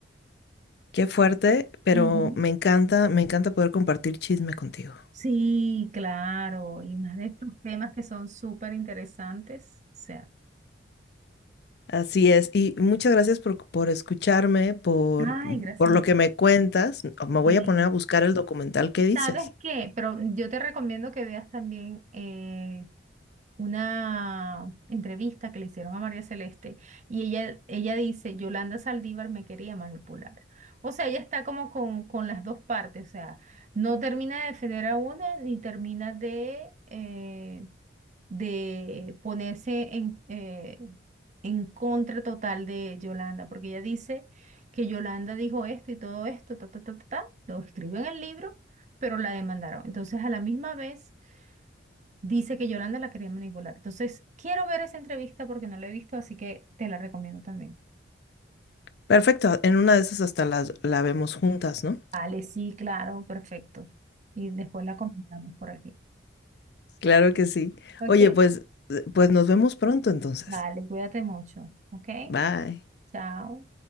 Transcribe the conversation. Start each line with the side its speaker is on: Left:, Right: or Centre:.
Left: Qué fuerte, pero
Right: Ujú.
Left: me encanta, me encanta poder compartir chisme contigo.
Right: Sí, claro, y más de estos temas que son súper interesantes, o sea,
Left: Así es. Y muchas gracias por, por escucharme, por,
Right: ay, gracias
Left: por lo que
Right: a ti.
Left: me cuentas. Me voy
Right: Sí.
Left: a poner a buscar el documental que dices.
Right: ¿Sabes qué? Pero yo te recomiendo que veas también eh, una entrevista que le hicieron a María Celeste y ella, ella dice, Yolanda Saldívar me quería manipular. O sea, ella está como con, con las dos partes, o sea, no termina de defender a una ni termina de, eh, de ponerse en, eh, en contra total de Yolanda, porque ella dice que Yolanda dijo esto y todo esto, ta, ta, ta, ta, ta, lo escribió en el libro, pero la demandaron. Entonces, a la misma vez Dice que Yolanda la quería manipular. Entonces, quiero ver esa entrevista porque no la he visto, así que te la recomiendo también.
Left: Perfecto. En una de esas hasta las, la vemos juntas, ¿no?
Right: Vale, sí, claro, perfecto. Y después la comentamos por aquí.
Left: Claro que sí.
Right: ¿Ok?
Left: Oye, pues, eh, pues nos vemos pronto entonces.
Right: Vale, cuídate mucho. ¿Ok?
Left: Bye.
Right: Chao.